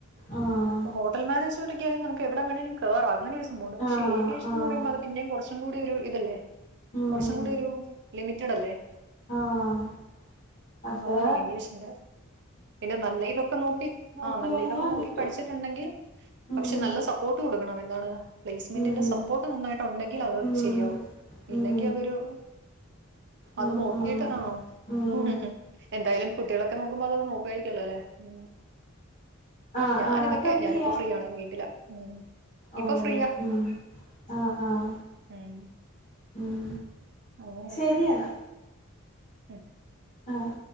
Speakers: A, on the left (about 35°); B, on the right (about 55°).
A: ആഹ്
B: ഹോട്ടൽ മാനേജ്മെന്റ ഒക്കെയാലും നമുക്ക് എവിടെ വേണേങ്കിലും കേറാം അങ്ങനെ പക്ഷെ
A: ആഹ്
B: ഏവിയേഷൻ
A: ആഹ്
B: എന്ന് പറയുമ്പോ അത് പിന്നെയും കുറച്ചും കൂടി ഒരു ഇതല്ലേ
A: ഉം
B: കുറച്ചും കൂടി ഒരു ലിമിറ്റഡ് അല്ലേ
A: ആഹ് പക്ഷേ
B: അതാണ് ഏവിയേഷന്റെ പിന്നെ നല്ല ഇതൊക്കെ നോക്കി
A: നോക്കി
B: ആ നല്ല
A: കഴിഞ്ഞാ
B: ഇതൊക്കെ നോക്കി
A: കിട്ടും
B: പഠിച്ചിട്ടുണ്ടെങ്കിൽ
A: ഉം
B: പക്ഷെ നല്ല സപ്പോർട്ട് കൊടുക്കും ണം എന്താണ് പ്ലേസ്മെന്റിന്റെ
A: ഉം
B: സപ്പോർട്ട് നന്നായിട്ടുണ്ടെങ്കിൽ അത്
A: ഉം
B: ശരിയാവും ഇല്ലെങ്കിൽ
A: ഉം
B: അതൊരു അത്
A: ഉം
B: നോക്കിട്ട്
A: ഉം
B: ആ
A: ഉം
B: ഹ ഹ എന്തായാലും കുട്ടികളൊക്കെ നോക്കുമ്പോ അതൊക്കെ നോക്കും. കഴിക്കല്ലോ അല്ലേ ഉ
A: ആഹ്
B: ഞാനിതൊക്കെ
A: ആഹ് ഇപ്പെന്തെയ്യാ
B: ഞാനിപ്പോ ഫ്രീ ആണെവീട്ടില ഉം
A: ഓഹ്
B: ഇപ്പൊ ഫ്രീയാ
A: ഉം ആഹ് ആഹ്
B: ഉം
A: ഉം
B: അങ്ങനെയൊക്കെ
A: ശരിയ ന്നാ
B: ഉം
A: ആഹ്